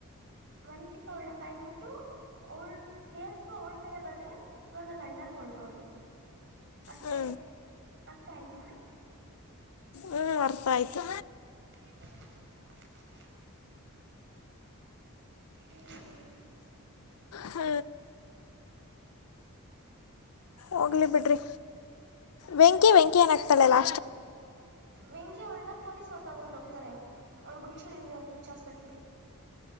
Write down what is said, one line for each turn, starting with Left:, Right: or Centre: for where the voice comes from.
Right: ಮರಿ ಚಿಕ್ಕ ಅವಳನ ಸಾಯಸ ಬಿಟ್ಟು ಅವಳ ಕೇಸ್ ಅವಳ ಮೇಲೆ ಬರ್ದ್ರೆ ಇವಾಗ ಲಂಡನ್ ಹೊರಟೋದ್ಲು ಅಷ್ಟೆ
Left: ಹ್ಞೂ
Right: ಅರ್ಥ ಆಯ್ತಾ
Left: ಹ್ಮ್ ಅರ್ಥ ಆಯ್ತು
Right: <inaudible> ಹ್ಮ್ಮ
Left: ಹ ಹೋಗ್ಲಿ ಬಿಡ್ರಿ ವೆಂಕಿ
Right: ಮತ್ತೆ
Left: ವೆಂಕಿ ಏನಾಗ್ತಾಳೆಲ್ಲಾ
Right: ವೆಂಕಿ ಅವಳ್ನ ಪೊಲೀಸ್ ಅವರ್ ತಗೊಂಡ್ ಹೋಗ್ತಾರೆ ಅವಳಗ ಹುಚ್ಚ ಹಡದಿದೆಂತ ಹುಚ್ಚ ಹಾಸ್ಪಿಟ್ಲ್ಗೆ